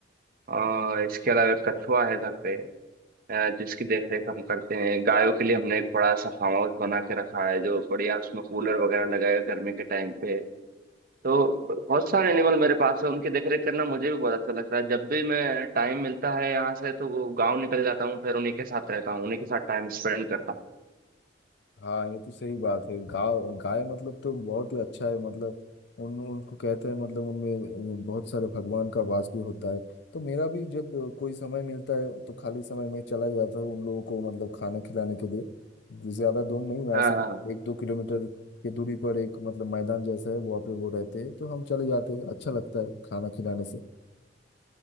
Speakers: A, on the right (about 50°); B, on the left (about 65°).
A: और इसके अलावा एक कछुआ है घर पे अ, जिसकी देखरेख हम करते हैं गायों के लिए हमने एक बड़ा सा फार्म हाउस बना के रखा है जो बढ़िया उसमें कूलर वगैरह लगाया है गर्मी के टाइम पे तो ब- बहुत सारे एनिमल मेरे पास है उनकी देखरेख करना मुझे भी बहुत अच्छा लगता है जब भी मैं टाइम मिलता है यहाँ से तो वो गाँव निकल जाता हूँ फिर उन्हीं के साथ रहता हूँ उन्हीं के साथ टाइम स्पेंड करता हूँ
B: हाँ ये तो सही बात है गाय गाय मतलब तो बहुत ही अच्छा है मतलब उन उनको कहते हैं मतलब उनमें बहुत सारे भगवान का वास भी होता है तो मेरा भी जब कोई समय मिलता है तो खाली समय में चला जाता हूँ उन लोगों को मतलब खाना खिलाने के लिए ज्यादा दूर नहीं यहाँ
A: हाँ
B: से
A: हाँ
B: एक दो किलोमीटर की दूरी पर एक मतलब मैदान जैसा है वहाँ पे वो रहते हैं तो हम चले जाते हैं अच्छा लगता है खाना खिलाने से